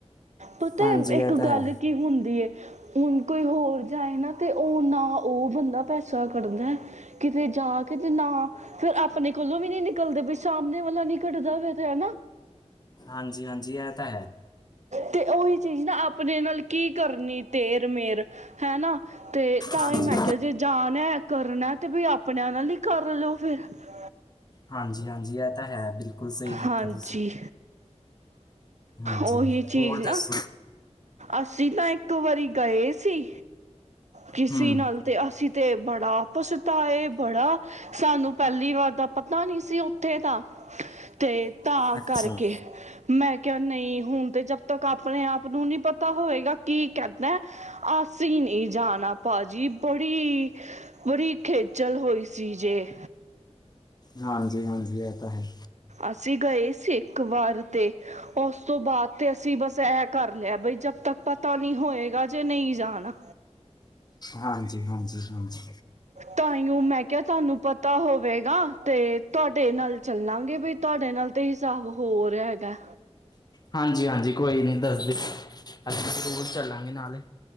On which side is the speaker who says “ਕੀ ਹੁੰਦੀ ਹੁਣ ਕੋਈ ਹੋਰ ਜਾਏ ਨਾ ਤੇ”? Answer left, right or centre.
Right